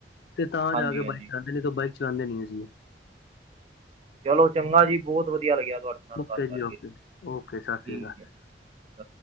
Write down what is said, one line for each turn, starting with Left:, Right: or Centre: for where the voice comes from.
Left: ਤੇ ਤਾਂ
Right: ਹਾਂਜੀ
Left: ਜਾ ਕੇ
Right: ਹਾਂਜੀ।
Left: ਬਾਈਕ ਚਲਾਉਦੇ ਆਂ, ਨਈ ਤੇ ਬਾਈਕ ਚਲਾਉਦੇ ਨੀ ਅਸੀ।
Right: ਚਲੋ ਚੰਗਾ
Left: <unintelligible>
Right: ਜੀ ਬਹੁਤ ਵਧੀਆ ਲੱਗਿਆ ਤੁਹਾਡੇ ਨਾਲ
Left: ਓਕੇ
Right: ਗੱਲ ਕਰਕੇ
Left: ਜੀ ਓਕੇ, ਓਕੇ ਸਤਿ
Right: ਠੀਕ
Left: ਸ੍ਰੀ ਅਕਾਲ।
Right: ਹੈ ਸਤਿ ਸ਼੍ਰੀ ਅਕਾਲ।